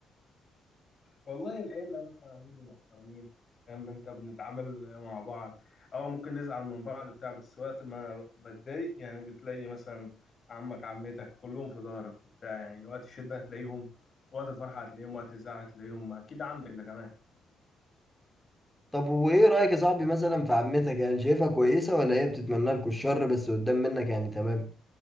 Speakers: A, on the left; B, in the centre.
A: والله العيلة مثلا عندي محترمين فاهم انت بنتعامل مع بعض او ممكن نزعل من بعض بتاع بس وقت ما بتضايق يعني بتلاقي مثلا عمك عمتك كلهم في ظهرك وبتاع يعني وقت الشدة هتلاقيهم وقت الفرحة هتلاقيهم وقت الزعل هتلاقيهم اكيد عندك ده كمان
B: طب وايه رأيك يا صاحبي مثلا في عمتك يعني شايفها كويسة ولا هي بتتمنى لكم الشر بس قدام منك يعني تمام